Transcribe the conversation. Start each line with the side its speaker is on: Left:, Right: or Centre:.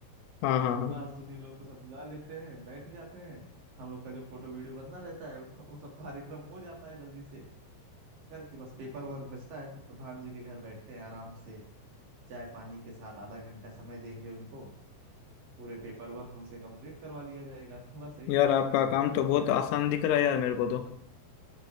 Left: हाँ हाँ हाँ
Right: बस उन्हीं लोग को सब बुला लेते हैं बैठ जाते हैं हम लोग का जो फोटो वीडियो बनना रहता है वो सब कार्यक्रम हो जाता है जल्दी से करके बस पेपर वर्क बचता है फिर प्रधान जी के घर बैठते हैं आराम से चाय पानी के साथ आधा घंटा समय देंगे उनको पूरे पेपर वर्क उनसे कंप्लीट करवा लिया जाएगा <laughs> बस यही
Left: यार
Right: सब सीन्स
Left: आपका
Right: होता
Left: काम
Right: रहता
Left: तो बहुत
Right: है अपन
Left: आसान
Right: को।
Left: दिख रहा है यार मेरे को तो